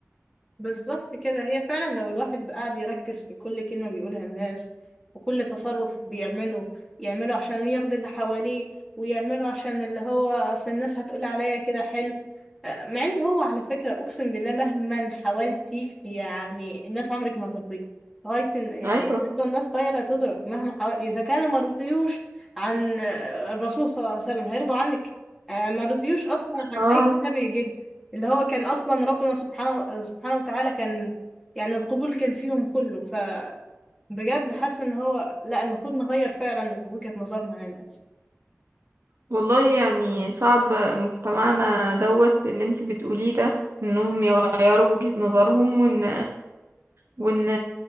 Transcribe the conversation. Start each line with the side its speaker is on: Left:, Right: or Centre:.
Centre: بالظبط كده هي فعلا لو الواحد قاعد يركز في كل كلمة بيقولها الناس وكل تصرف بيعمله يعمله عشان يرضي اللي حواليه ويعمله عشان اللي هو أصل الناس هتقول عليا كده حلو آه، مع إن هو على فكرة أقسم بالله مهما حاولتي يعني الناس عمرك ما هترضيها لغاية إن- يعني
Right: ايوه
Centre: بتفضل الناس غاية لا تدرك مهما حاولت إذا كانوا ما رضيوش عن آه، الرسول صلى الله عليه وسلم هيرضوا عنك آه، ما رضيوش أصلا عن
Right: اه
Centre: أي نبي جه اللي هو كان اصلا ربنا سبحانه سبحانه وتعالى كان يعني القبول كان فيهم كله فبجد حاسه ان هو لا المفروض نغير فعلا وجهة نظرنا عن الناس
Right: والله يعني صعب مجتمعنا دوت اللي انت بتقوليه ده انهم يغيروا وجهة نظرهم وان وان